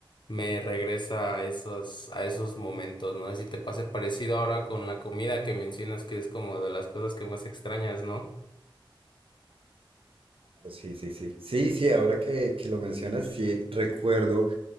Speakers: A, on the left; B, on the right.
A: me regresa a esos, a esos momentos, ¿no? Si te pase parecido ahora con la comida que mencionas, que es como de las cosas que más extrañas, ¿no?
B: Claro, Sí, sí, sí. Sí, sí, ahora que, que lo mencionas, sí recuerdo